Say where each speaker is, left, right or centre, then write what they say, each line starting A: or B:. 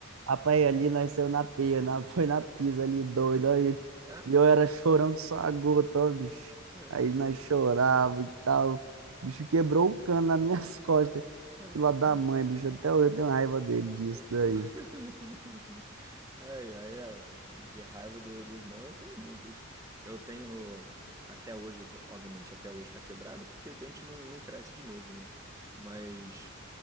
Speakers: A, on the right; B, on the right.
A: Rapaz, ali nasceu na pia, na, <laughs> foi na pisa ali, doido. Aí,
B: Ah,
A: e eu era chorão que só a gota, ó, bicho.
B: ai,
A: Aí nós
B: ai.
A: chorava e tal. O bicho quebrou o cano nas <laughs> minhas costas.
B: Caraca.
A: Fila da mãe, bicho. Até hoje eu tenho raiva dele disso
B: É, pô.
A: daí.
B: <laughs> Ai, ai, é. De raiva do, do irmão, eu tenho muitas. Eu tenho até hoje, obviamente, até hoje tá quebrado, porque dente não, não cresce de novo, né? Mas